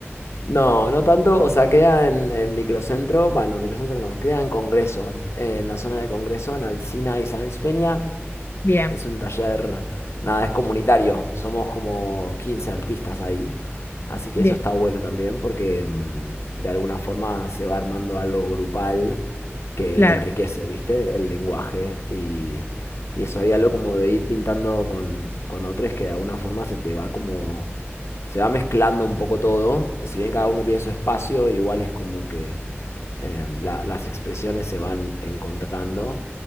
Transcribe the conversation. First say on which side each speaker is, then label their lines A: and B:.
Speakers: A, on the left; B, on the left.
A: No, no tanto, o sea, queda en, en Microcentro, bueno, Microcentro no, queda en Congreso, en la zona de Congreso, en Alsina y Sáenz Peña
B: Bien,
A: es un taller, nada, es comunitario. Somos como 15 artistas ahí. Así que
B: bien,
A: eso está bueno también porque mm, de alguna forma se va armando algo grupal que
B: claro,
A: enriquece, ¿viste? El lenguaje y, y eso hay algo como de ir pintando con, con otros que de alguna forma se te va como... se va mezclando un poco todo. Si bien cada uno tiene su espacio, igual es como que eh, la- las expresiones se van encontrando.